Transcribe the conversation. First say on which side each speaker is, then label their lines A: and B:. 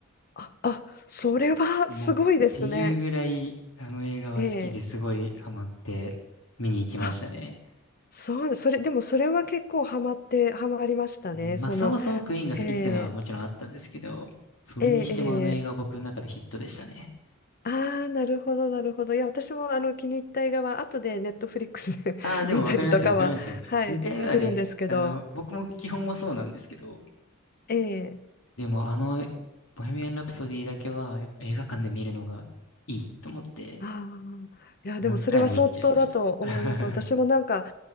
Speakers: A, on the left; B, on the left.
A: あ、あ、それはすごいですね。
B: もう、っていうぐらい、あの映画は好きですごいハマって見に行きましたね。
A: ええ、あ、そうね、それ、でもそれは結構ハマって、ハマりましたね。
B: うんまあ、
A: その、
B: そもそもクイーンが好きっていうのはもちろんあったんですけど、
A: ええ、
B: それにしてもあの映画は僕の中でヒットでしたね。
A: ええ、ええああ、なるほど、なるほど。いや、私もあの気に入った映画は、後でネットフリックスで
B: ああ、
A: <laughs>
B: でもわかりますよ、
A: 見たりとかは、
B: わかりますよ。
A: はい、
B: 2回目はね、
A: するんですけど、
B: あの、僕も基本はそうなんですけど、
A: ええ、
B: でもあの、ボヘミアン・ラプソディだけは、やっぱ映画館で見るのがいいと思って、
A: ああ、いや、
B: 何回も行っちゃいました。
A: でもそれは相当だと思います。
B: <laughs>
A: 私もなんか、